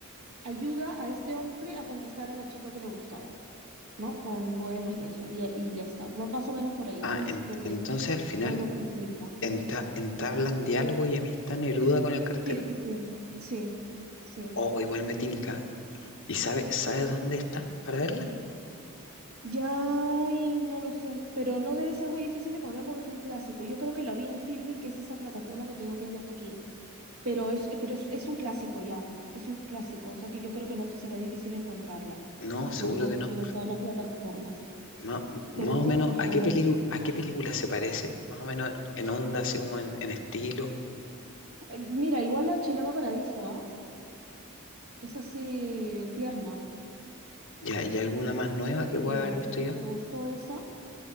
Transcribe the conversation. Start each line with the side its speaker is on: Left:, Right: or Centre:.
Right: ayuda a este hombre a conquistar a la chica que le gustaba, ¿no? Con poemas y eso, y, y ya está, m- más o menos por ahí. Entonces,
Left: Ah, en-
Right: lo que,
Left: entonces al final
Right: todo lo que implica.
Left: enta- entablan diálogo y amistad Neruda con el cartero.
Right: Sí, sí, sí, sí, sí.
Left: oh igual me tinca. ¿Y sabe, sabes dónde está para verla?
Right: Ya, y no lo sé, pero no debe ser muy difícil de encontrar porque es un clásico. Yo creo que lo vi en Filming, que es esa plataforma que te digo que es de aquí. Pero es, pero es, es un clásico ya, es un clásico, o sea que yo creo que no te será difícil encontrarla,
Left: No, seguro
Right: sobre todo
Left: que
Right: si
Left: no.
Right: tienes todas las plataformas.
Left: Ma- más
Right: Pero esa,
Left: o menos,
Right: por favor.
Left: ¿a qué pelicu- a qué película se parece? Más o menos en onda, así como en, en estilo.
Right: Eh, Mira, igual la Cinema Paradiso, ¿ah? Es así tierna.
Left: ¿Y, hay alguna más nueva
Right: Yo te diría,
Left: que pueda haber visto
Right: si
Left: yo?
Right: te gustó esa,